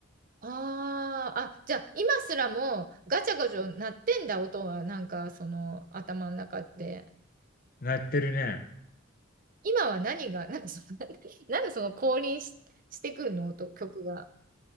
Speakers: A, on the right (about 40°); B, on the left (about 45°).
A: あーあ、じゃあ今すらもガチャガチャ鳴ってんだ、音は、なんかその頭の中で。
B: 鳴ってるね。
A: 今は何が、なんかその、<laughs> なんでその降臨し、してくるの、音、曲が、